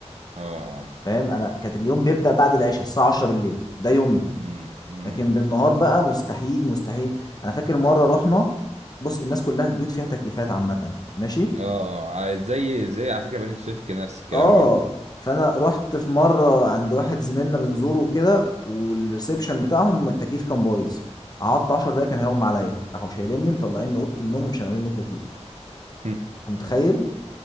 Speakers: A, on the right; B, on the left.
A: اه
B: فاهم انا كانت اليوم بيبدا بعد العشاء الساعه 10 بالليل ده يومي
A: امم امم
B: لكن بالنهار بقى مستحيل مستحيل انا فاكر مره رحنا بص الناس كلها البيوت فيها تكييفات عامه ماشي
A: اه آه. عايز- زي زي على فكرة بني سويف كده نفس الكلام
B: اه
A: برضه
B: فانا رحت في مره عند واحد زميلنا بنزوره كده والريسبشن بتاعهم التكييف كان بايظ قعدت 10 دقايق كان
A: مم.
B: هيغمى عليا راحوا شايليني مطلعيني اوضه النوم ومشغلين لي التكييف
A: <laughs>
B: انت متخيل